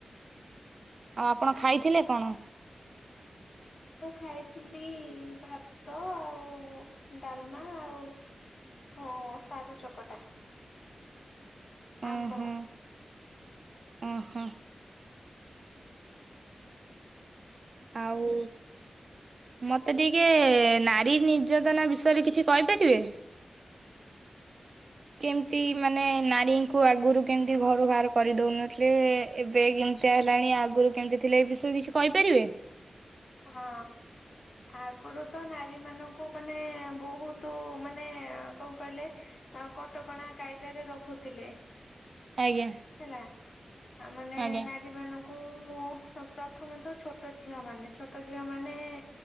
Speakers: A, on the right; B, on the left.
A: ଆଉ ଆପଣ ଖାଇଥିଲେ କଣ?
B: ମୁଁ ଖାଇଥିଲି ଭାତ ଆଉ, ଡାଲମା ଆଉ ଉ ସାରୁ ଚକଟା।
A: ଓହୋ
B: ଆମ୍ବ।
A: ଓହୋ। ଆଉ ମତେ ଟିକେ ନାରୀ ନିର୍ଯାତନା ବିଷୟରେ କିଛି କହିପାରିବେ। କେମତି ମାନେ ନାରୀଙ୍କୁ ଆଗରୁ କେମିତି ଘରୁ ବାହାର କରିଦଉନଥିଲେ ଏବେ କେମିତିଆ ହେଲାଣି ଆଗରୁ କେମିତି ଥିଲେ ଏ ବିଷୟରେ କିଛି କହିପାରିବେ?
B: ହଁ। ଆଗରୁ ତ ନାରୀ ମାନଙ୍କୁ ମାନେ ବୋହୁତୁ ମାନେ କଣ କହିଲେ ତାଙ୍କୁ କଟକଣା କାଇଦାରେ ରଖୁଥିଲେ।
A: ଆଜ୍ଞା।
B: ହେଲା ଆ ମାନେ
A: ଆଜ୍ଞା
B: ନା ରି ମାନଙ୍କୁ ପ୍ରଥମେ ତ ଛୋଟ ଝିଅ ମାନେ ଛୋଟ ଝିଅ ମାନେ